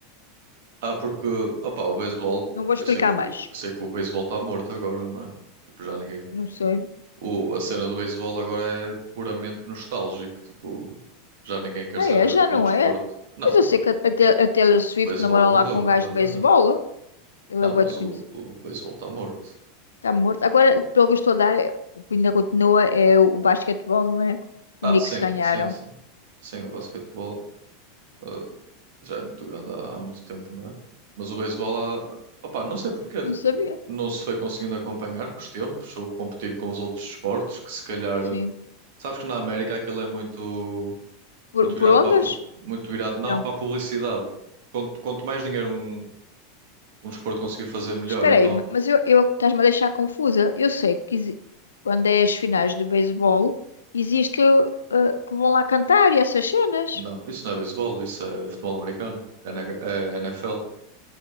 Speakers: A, on the right; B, on the left.
A: Ah, porque... Opá, o beisebol...
B: Não vou
A: Eu
B: explicar
A: sei que,
B: mais.
A: o- eu sei que o beisebol está morto agora, não é? Tipo, já ninguém...
B: Não sei.
A: O... A cena do beisebol agora é puramente nostálgico. Tipo, já ninguém quer
B: Ah,
A: saber
B: é, já não
A: do desporto.
B: é?
A: Não,
B: Mas eu
A: não.
B: sei que a, a Te- a Taylor Swift
A: O beisebol
B: namora
A: morreu
B: lá com
A: completamente.
B: um gajo de beisebol. Ele
A: Não,
B: é bué
A: mas
B: de
A: o,
B: conhecido.
A: o beisebol está morto.
B: Está morto. Agora, o- pelo que eu estou a dar, é- o que ainda continua é o, o basquetebol, não é?
A: Ah,
B: O Knicks
A: sim,
B: ganharam.
A: sim, sim. Sim, o basquetebol. ah, já é muito grande há, há muito tempo, não é? Mas o beisebol há... Opá, não sei porquê,
B: Não
A: tipo,
B: sabia.
A: não se foi conseguindo acompanhar com os tempos ou competir com os outros esportes que se calhar...
B: Sim.
A: Sabes que na América aquilo é muito,
B: Por,
A: muito virado
B: por
A: para
B: ondas?
A: a pu- muito virado, não,
B: Não.
A: para a publicidade. Quanto, quanto mais dinheiro um, um desporto conseguir fazer, melhor.
B: Espera
A: Então,
B: aí, ma- mas eu, eu estás-me a deixar confusa. Eu sei que exi- quando é as finais do beisebol, existe eh, que vão lá cantar e essas cenas.
A: não, isso não é beisebol, isso é futebol americano, é, NH é NFL.